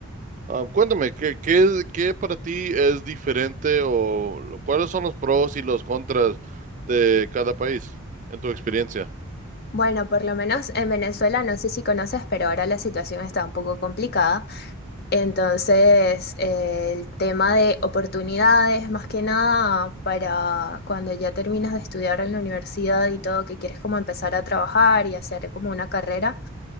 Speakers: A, on the right; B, on the left.
A: Ah, cuéntame, ¿qué, qué, es- qué para ti es diferente o lo- cuáles son los pros y los contras de cada país en tu experiencia?
B: Bueno, por lo menos en Venezuela, no sé si conoces, pero ahora la situación está un poco complicada. Entonces, eh, el tema de oportunidades, más que nada, para cuando ya terminas de estudiar en la universidad y todo, que quieres como empezar a trabajar y hacer como una carrera.